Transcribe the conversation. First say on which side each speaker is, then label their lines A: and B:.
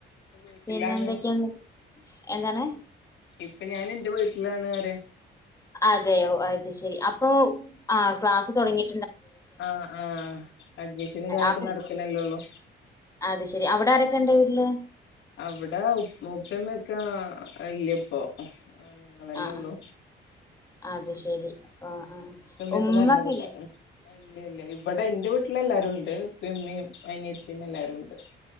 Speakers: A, on the left; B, on the left.
A: വീട്ടിലാണ്
B: പിന്നെ എന്തൊക്കെയാ എന്താണ്
A: ഇപ്പൊ ഞാൻ എൻറെ വീട്ടിലാണ് ആരെ
B: അതെയോ അത്ശരി അപ്പൊ ആ ക്ലാസ്സ് തുടങ്ങി
A: ആഹ് ആഹ അഡ്മിഷൻ കാര്ക്കെ
B: അവിടെ
A: നടക്കണല്ലോള്ളു.
B: അത് ശരി, അവിടെ ആരൊക്കെ ഉണ്ട് വീട്ടില്
A: അവിടെ ഉപ്പമ്മൊക്കെ ഇല്ലപ്പൊ ആ ഞങ്ങളെന്നെ
B: ആഹ്
A: ഉള്ളൂ.
B: ആഹ് അത്
A: ക്കെ
B: ശരി ആഹ് ആഹ്
A: പ്പമ്മയെക്കെ
B: ഉമ്മ
A: മരണ
B: ഒക്കെ
A: പ്പെട്ട
B: ഇല്ലേ
A: ക്ണ്. ഇല്ല ഇല്ല ഇവിടെ എന്റെ വീട്ടിലെല്ലാരും ഉണ്ട്. പ്പമ്മയും അനിയത്തിയും എല്ലാരുംണ്ട്.